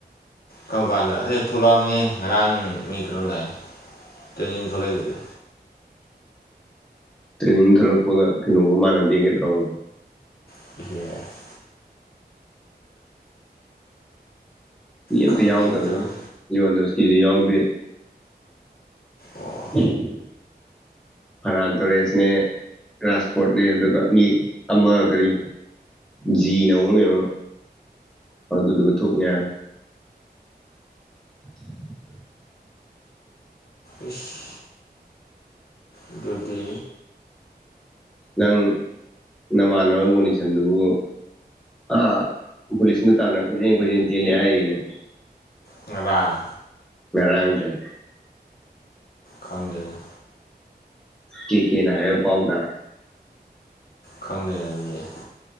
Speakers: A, on the left (about 65°); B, in the centre.
A: ꯀꯔꯝ ꯀꯥꯟꯗ ꯑꯦ ꯊꯣꯛꯂꯛꯑꯝꯅꯦ ꯉꯔꯥꯡ ꯃꯤ ꯀꯩꯅꯣ ꯂꯥꯛꯑꯦ ꯇ꯭ꯔꯦꯅꯤꯡ ꯊꯣꯛꯂꯛꯏꯗꯨꯗꯤ
B: ꯇ꯭ꯔꯦꯅꯤꯡ ꯊꯂꯛꯄꯒ ꯀꯩꯅꯣꯒ ꯃꯥꯟꯅꯗꯦꯒꯩꯗ꯭ꯔꯥꯒ
A: ꯏ
B: ꯃꯤ ꯑꯝꯇ
A: ꯈꯪꯗꯦꯅꯦ
B: ꯌꯥꯎꯗꯕꯅꯤ
A: ꯇꯧꯔꯤ
B: ꯋꯥꯣꯟꯗꯣꯁꯀꯤꯁꯨ ꯌꯥꯎꯗꯦ
A: ꯑꯣ
B: ꯎꯝ ꯍꯔꯥꯟ ꯇꯣꯔꯦꯁꯅꯦ ꯔꯥꯥꯁ ꯐꯣꯔꯠꯅꯦ ꯑꯗꯨꯒ ꯃꯤ ꯑꯃ ꯀꯔꯤ ꯖꯤ ꯅꯧꯔꯒꯧꯔ ꯑꯗꯨꯗꯨꯒ ꯊꯣꯛꯅꯤ <inaudible>
A: ꯏꯁ ꯑꯗꯨꯗꯤ
B: ꯅꯪ ꯅꯃꯥꯟꯅꯕ ꯕꯣꯅꯤꯁꯟꯗꯨꯕꯨ ꯑ ꯄꯨꯂꯤꯁ ꯅ ꯇꯥꯟꯅ ꯀ ꯀ ꯆ ꯂꯍꯅꯦ
A: ꯊꯕ
B: ꯉꯔꯥꯡꯖ
A: ꯈꯪꯖꯔꯦ
B: ꯀ ꯀꯅ ꯍꯥꯏꯌꯦ ꯄꯥꯎꯗ
A: ꯈꯪꯗꯅ ꯂꯩ ꯌꯥꯦ